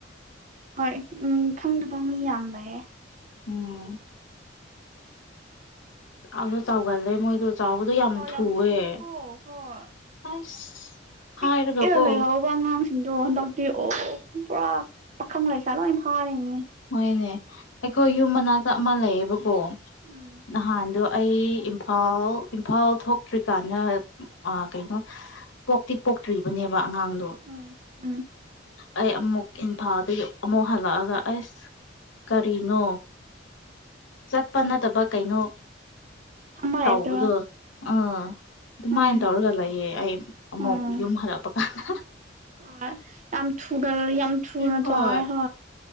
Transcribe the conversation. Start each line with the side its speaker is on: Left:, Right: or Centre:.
Right: ꯍꯣꯏ ꯎꯝ ꯈꯪꯗꯕ ꯃꯤ ꯌꯥꯝꯕꯍꯦ
Left: ꯎꯝ ꯆꯥꯎꯁꯨ ꯆꯥꯎꯒꯜꯂꯦ ꯃꯣꯏꯗꯣ ꯆꯥꯎꯕꯗꯣ ꯌꯥꯝ
Right: ꯍꯣꯏ
Left: ꯊꯨꯑꯦ
Right: ꯊꯨꯏꯌꯦꯀꯣ ꯍꯣꯏ
Left: ꯑꯁ
Right: ꯄꯤꯛ
Left: ꯍꯥꯏꯔꯒꯀꯣ
Right: ꯄꯤꯛꯑꯒ ꯂꯩꯍꯥꯎ ꯕ ꯑꯉꯥꯡꯁꯤꯡꯗꯣ ꯍꯟꯗꯛꯇꯤ ꯑꯣ ꯄꯨꯔꯥ ꯄꯥꯈꯪ ꯂꯩꯁꯥ ꯂꯣꯏ ꯐꯥꯔꯤꯅꯤ
Left: ꯍꯣꯏꯅꯦ ꯑꯩꯈꯣꯏ ꯌꯨꯝ ꯃꯅꯥꯛꯇ ꯑꯃ ꯂꯩꯌꯦꯕꯀꯣ
Right: ꯎꯝ
Left: ꯅꯍꯥꯟꯗꯣ ꯑꯩ ꯏꯝꯐꯥꯜ ꯏꯝꯐꯥꯜ ꯊꯣꯛꯇ꯭ꯔꯤꯀꯥꯟꯗ ꯑꯥ ꯀꯩꯅꯣ ꯄꯣꯛꯇꯤ ꯄꯣꯛꯇ꯭ꯔꯤꯕꯅꯦꯕ ꯑꯉꯥꯡꯗꯣ
Right: ꯎꯝ ꯎꯝ
Left: ꯑꯩ ꯑꯃꯨꯛ ꯏꯝꯐꯥꯜꯗꯒꯤ ꯑꯃꯨꯛ ꯍꯜꯂꯛꯑꯒ ꯑꯩꯁ ꯀꯔꯤꯅꯣ ꯆꯠꯄ ꯅꯠꯇꯕ ꯀꯩꯅꯣ
Right: ꯈꯪꯕ
Left: ꯇꯧꯕꯗꯨ
Right: ꯍꯩꯕꯗꯣ
Left: ꯑꯥ ꯑꯗꯨꯃꯥꯏꯅ
Right: ꯎꯝ
Left: ꯇꯧꯔꯒ ꯂꯩꯌꯦ ꯑꯩ ꯑꯃꯨꯛ
Right: ꯎꯝ
Left: ꯌꯨꯝ ꯍꯜꯂꯛꯄ ꯀꯥꯟꯗ
Right: ꯍꯣꯏ ꯌꯥꯝ ꯊꯨꯒ ꯌꯥꯝ ꯊꯨꯅ
Left: ꯍꯣꯏ
Right: ꯆꯥꯎꯋꯦ <unintelligible>